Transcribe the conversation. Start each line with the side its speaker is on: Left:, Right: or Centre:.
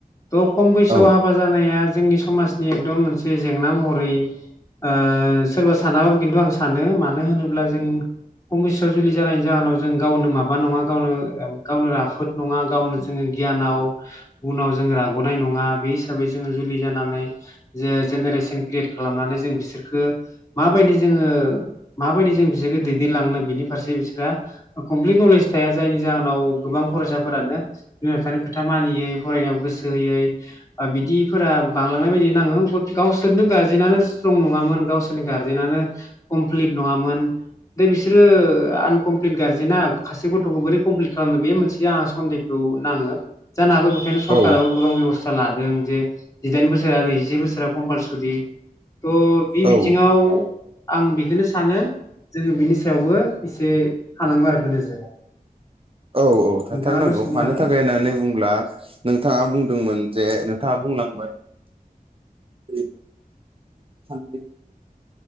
Left: त' त'
Right: औ
Left: हाबा जानाया जोंनि समाजनि एकदम मोनसे जेंना महरै ओ सोरबा सानाबाबो खिन्थु आं सानो मानो होनोब्ला जों खम बैसोआव जुलि जानायनि जाहोनाव जों गावनो माबा नङा गावनो गावनो राफोद नङा गावनो जोङो गियानाव उनाव जोङो राग'नाय नङा। बे हिसाबै जोङो जुलि जानानै जे जेनेरेसन क्रियेट खालामनानै जों बिसोरखो माबायदि जोङो माबायदि जों बिसोरखो दैदेनलांनो बिनि फारसे बिसोरो कमप्लिट नलेज थाया जायनि जाहोनाव गोबां फरायसाफोरानो बिमा बिफानि खोथा मानियै फरायनायाव गोसो होयै बिदिफोरा बांलांनाय बायदि नाङो गावसोरनो गार्जेनानो स्ट्रं नङामोन गावसोरनि गार्जेनानो कमप्लिट नङामोन दा बिसोरो आनकमप्लिट गार्जेना खासे गथ'खौ बोरै कमप्लिट खालामनो बे मोनसे आंहा सन्देहखौ नाङो। जानो हागौ बेखायनो सरकाराबो
Right: औ
Left: गोबां बेबस सालाद। उम जे जिडाइन बोसोर नैजिसे बोसोरा कमपालसरि थ' बि
Right: औ
Left: बिथिङाव आं बेखौनो सानो जोङो बिनि सायावबो एसे थानांगौ आरो नोजोरा
Right: औ थाथारनांगौ
Left: नोंथाङा दसे बुंनो
Right: मानो
Left: हागोन
Right: थाखाय होननानै बुङोब्ला नोंथाङा बुंदोंमोन जे नोंथाङा बुंलांबाय <inaudible>